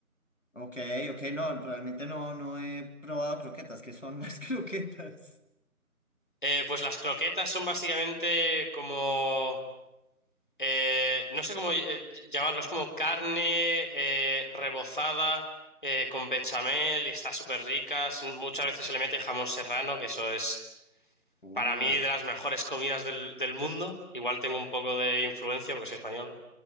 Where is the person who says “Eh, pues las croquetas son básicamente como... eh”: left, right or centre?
Left